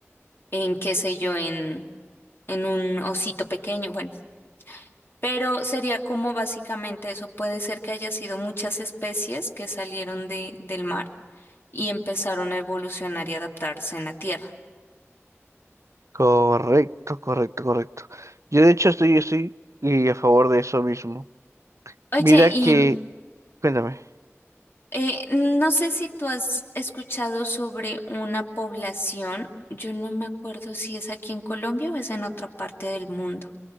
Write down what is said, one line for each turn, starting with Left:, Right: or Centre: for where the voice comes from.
Left: en qué sé yo, en, en un osito pequeño, bueno, pero sería como básicamente eso, puede ser que haya sido muchas especies que salieron de, del mar y empezaron a evolucionar y adaptarse en la Tierra.
Right: Correcto, correcto, correcto. Yo de hecho estoy, estoy y a favor de eso mismo.
Left: Oye,
Right: Mira
Left: y
Right: que, cuéntame.
Left: eh, no sé si tú has escuchado sobre una población, yo no me acuerdo si es aquí en Colombia o es en otra parte del mundo